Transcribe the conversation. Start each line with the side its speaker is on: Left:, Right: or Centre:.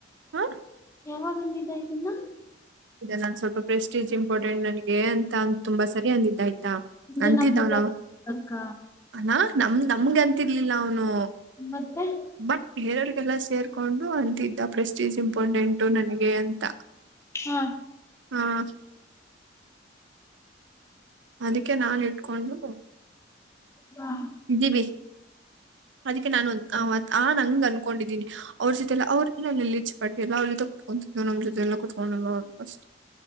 Right: ಹ್ಮ.
Left: ಯಾವಾಗಂದ ಇದ ಇದನ್ನ.
Right: ನಾನ್ ಸ್ವಲ್ಪ ಪ್ರೆಸ್ಟೀಜ್ ಇಂಪಾರ್ಟೆಂಟ್ ನನ್ಗೆ ಅಂತ ಅ ತುಂಬಾ ಸರಿ ಅಂದಿದ್ದ ಆಯ್ತಾ.
Left: ಅಂದ್ರೆ
Right: ಅಂತಿದವನ
Left: ನಮ್ ಜೊತೆ ಅಕ್ಕ
Right: ಅ ನಮ ನಮಗೆ ಅಂತಿರ್ಲಿಲ್ಲ ಅವನು.
Left: ಮತ್ತೆ.
Right: ಬಟ್ ಬೇರೆಯವ್ರಿಗೆಲ್ಲ ಸೇರ್ಕೊಂಡು ಅಂತ್ದ ಪ್ರೆಸ್ಟೀಜ್ ಇಂಪಾರ್ಟೆಂಟು ನನಗೆ ಅಂತ.
Left: ಹಾ.
Right: ಹ್ಮ್. ಅದಕ್ಕೆ ನಾನ್ ಇಟ್ಕೊಂಡು.
Left: ಹಾ.
Right: ಇದೀವಿಿ ಅದಕ್ಕೆ ನಾನು ಆ ನಂಗ ಅನ್ಕೊಂಡಿದ್ದೀನಿ. ಅವ್ರ ಜೊತೆಲ್ಲ ಅವರುಲ್ಲಲ್ಲಿಚ್ ಪಾಿ ಎಲ್ಲ ಅವ್ರ ಜೊತೆ ಕುತ್ಕೊತಿದ್ದು ನಮ್ಮ ಜೊತೆ ಎಲ್ಲ ಕುತ್ಕೊಂಡು ಅಷ್ಟು.